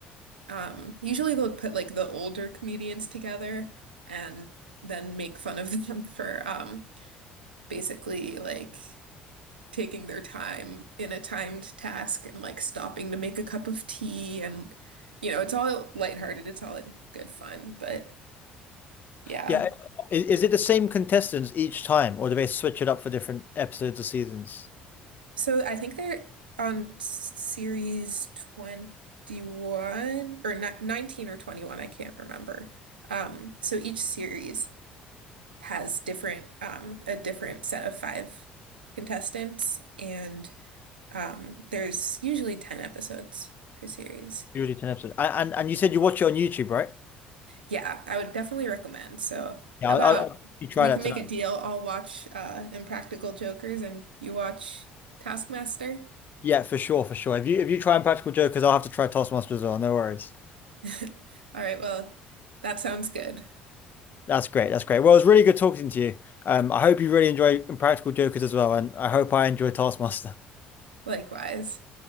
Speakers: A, on the right; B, on the left.
A: um usually they'll put like the older comedians together and then make fun of them <laughs> for um basically like taking their time in a timed task and like stopping to make a cup of tea and you know, it's all lighthearted, it's all in good fun, but yeah.
B: Yeah, is, is it the same contestants each time, or do they switch it up for different episodes or seasons?
A: So I think they're on s- series 21 or ni 19 or 21, I can't remember. Um, so each series has different um a different set of five contestants and um there's usually 10 episodes per series.
B: Usually ten episodes. And and, and you said you watch it on YouTube, right?
A: Yeah, I would definitely recommend. So,
B: Yeah,
A: how
B: I'll,
A: about
B: I'll, I'll definitely try
A: we
B: that
A: can make
B: tonight.
A: a deal? I'll watch uh, Impractical Jokers and you watch Taskmaster.
B: Yeah, for sure, for sure. If you if you try Practical Jokers, I'll have to try Taskmaster as well. No worries.
A: <laughs> All right, well, that sounds good.
B: That's great. That's great. Well, it was really good talking to you. Um, I hope you really enjoy Practical Jokers as well, and I hope I enjoy Taskmaster.
A: Likewise.